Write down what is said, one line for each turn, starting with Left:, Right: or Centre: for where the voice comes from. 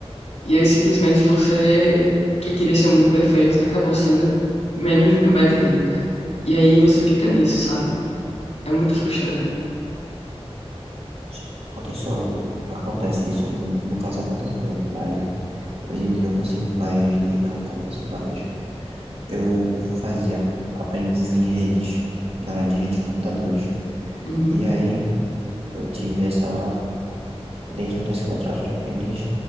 Left: E aí, simplesmente, você, que queria ser muito perfeito, acabou sendo menos do que o mediano, cara. E aí você fica nisso, sabe? É muito frustrante.
Right: Já Aconteceu, acontece isso, no caso aconteceu, mas hoje em dia eu consigo mais lidar com isso, mas eu fazia aprendiz em redes, na área de redes de computadores.
Left: Uhum.
Right: E aí eu tive essa, dentro desse contrato de aprendiz,